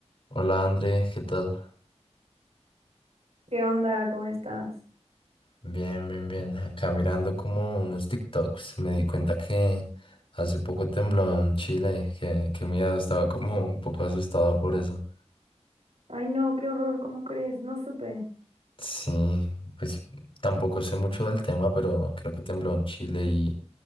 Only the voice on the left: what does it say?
Hola André, ¿qué tal?
Bien, bien, bien. Acá mirando como unos TikToks, me di cuenta que hace poco tembló en Chile, que, que miedo, estaba como un poco asustado por eso.
Sí, pues tampoco sé mucho del tema, pero creo que tembló en Chile y